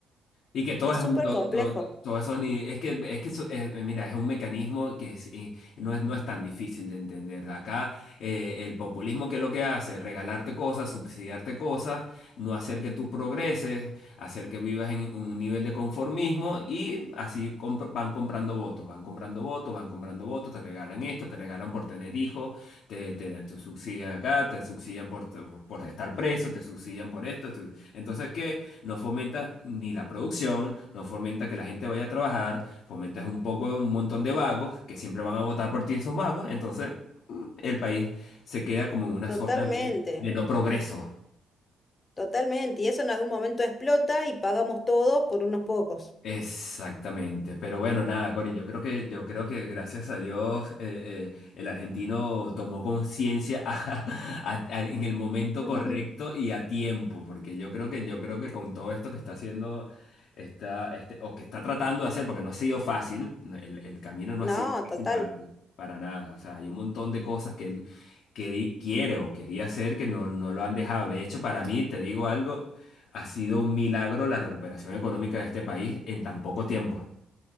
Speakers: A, on the left; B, on the left.
A: Y que todo
B: es
A: es
B: súper
A: un, to-
B: complejo,
A: to- todo eso ni, es que, es que eso, eh, eh, mira, es un mecanismo que es- y no es, no es tan difícil de entender. Acá eh, el populismo que lo que hace, es regalarte cosas, subsidiarte cosas, no hacer que tú progreses, hacer que vivas en un nivel de conformismo y así comp- van comprando votos, van comprando votos, van comprando votos, te regalan esto, te regalan por tener hijos te, te, te subsidian acá, te subsidian por, por estar preso, te subsidian por esto. te- Entonces, ¿qué? No fomenta ni la producción, no fomenta que la gente vaya a trabajar, fomentas un poco un montón de vagos que siempre van a votar por ti esos vagos. Entonces, mm, el país se queda como en una
B: totalmente,
A: zona de, de no progreso.
B: totalmente. Y eso en algún momento explota y pagamos todos por unos pocos.
A: Exactamente, pero bueno, nada, Cori, yo creo que, yo creo que gracias a Dios eh, eh, el argentino tomó conciencia <laughs> a- a- a- en el momento
B: <laughs>
A: correcto y a tiempo, porque yo creo que, yo creo que con todo esto que está haciendo, está, este, o que está tratando de hacer, porque no ha sido fácil, no, el, el camino no
B: No,
A: ha sido fácil
B: total.
A: para, para nada, o sea, hay un montón de cosas que él que, quiere o quería hacer que no, no lo han dejado. De hecho, para mí, te digo algo. Ha sido un milagro la recuperación económica de este país en tan poco tiempo.